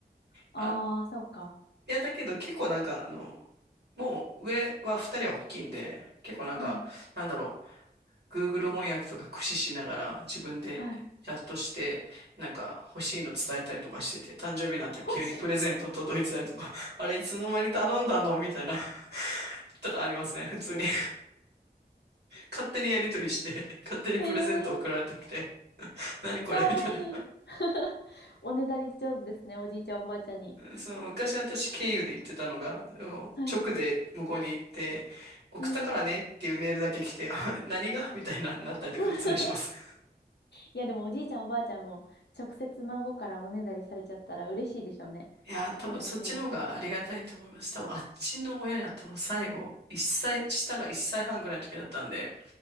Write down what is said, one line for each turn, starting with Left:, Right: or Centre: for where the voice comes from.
Left: ああ、
Right: あ、い
Left: そうか。
Right: や、だけど結構なんか、あの、もう上は二人は大きいんで、結構なんか、
Left: はい。
Right: なんだろう。Google 翻訳とか駆使しながら自分でチャットして、
Left: はい。
Right: なんか欲しいの伝えたりとかしてて、誕生日になったら急にプレゼント届いてたりとか、
Left: 欲しい。
Right: <laughs> あれいつの間に頼んだのみたいな <laughs>、とかありますね、普通に。勝手にやり取りして、勝手にプレゼント送られてきて、
Left: <laughs> ええ
Right: 何これみたいな。
Left: かわいい。<laughs> おねだり上手ですね、おじいちゃん、おばあちゃんに。
Right: その昔私経由で言ってたのが、でも直で向こうに行って、
Left: はい。
Right: 送ったからねっていうメールだけ来て、
Left: うん。
Right: あ何がみたいな、なったりとか普通にします。
Left: <laughs> いや、でもおじいちゃん、おばあちゃんも直接孫からおねだりされちゃったら嬉しいでしょうね。
Right: いや、多分そっちの方がありがたいと思います。
Left: 連絡もらったら。
Right: 多分あっちの親に会ったのは最後、一歳、下が1歳半ぐらいの時だったんで、